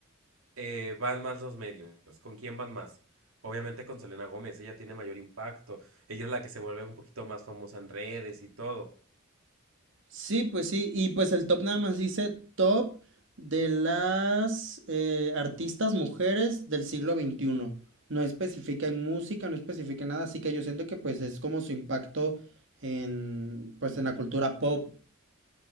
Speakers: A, on the right; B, on the right.
A: eh, van más los medios. ¿Con quién van más? Obviamente con Selena Gómez, ella tiene mayor impacto, ella es la que se vuelve un poquito más famosa en redes y todo.
B: Sí, pues sí, y pues el top nada más dice top de las eh, artistas mujeres del siglo XXI. No especifica en música, no especifica en nada, así que yo siento que pues es como su impacto en pues en la cultura pop.